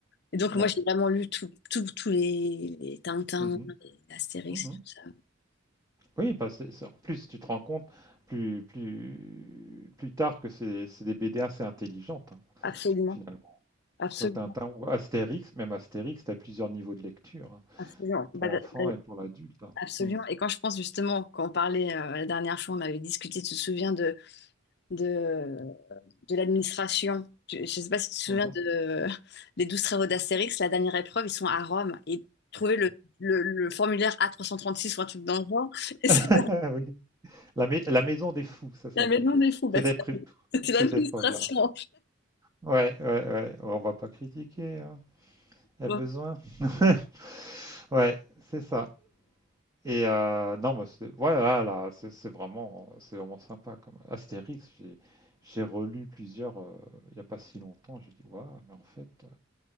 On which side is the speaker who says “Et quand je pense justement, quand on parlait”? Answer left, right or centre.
Left